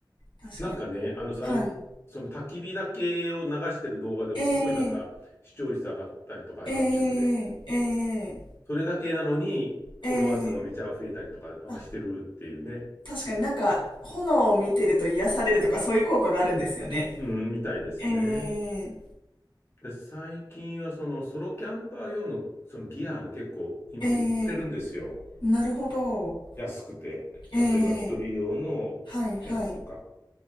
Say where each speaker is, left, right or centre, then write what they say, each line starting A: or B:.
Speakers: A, on the left; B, on the left.
A: 確かに。
B: なんかね、あの、
A: はい。
B: ああいう、その焚き火だけを流してる動画でもすごいなんか視聴率上がったりとか、
A: ええ、
B: YouTube
A: ええ、
B: で。
A: ええ、
B: それだけなのに、フォロワー数がめちゃ増えたりとか、
A: ええ、
B: なんかしてるっていうね。
A: あ、確かになんか、炎を見てると癒されるとかそういう効果があるんですよね。
B: うん、みたいですね。
A: ええ
B: で、最近はそのソロキャンパー用のそのギアも結構今売ってるんですよ。
A: ええなるほど。
B: 安くて。
A: え
B: 例えば一人用のテントとか、
A: えはい、はい。